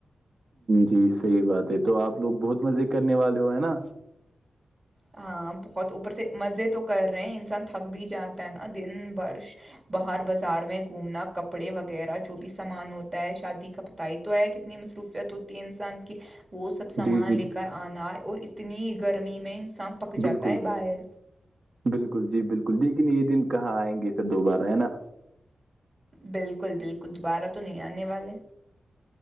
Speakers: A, on the right; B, on the right.
A: جی صحیح بات ہے تو آپ لوگ بہت مزے کرنے والے ہو ہے نا
B: ہاں بہت اوپر سے مزے تو کر رہے ہیں انسان تھک بھی جاتا ہے نا دن برش باہر بازار میں گھومنا کپڑے وغیرہ جو بھی سامان ہوتا ہے شادی کا پت ہی تو آیا کتنی مصروفیت ہوتی ہے انسان کی وہ سب سامان
A: جی جی
B: لے کر آنا ہے اور اتنی گرمی میں انسان پک جاتا
A: بالکل
B: ہے باہر
A: بالکل جی بالکل لیکن یہ دن کہاں آئیں گے پھر دوبارہ ہے نا
B: بالکل بالکل دوبارہ تو نہیں آنے والے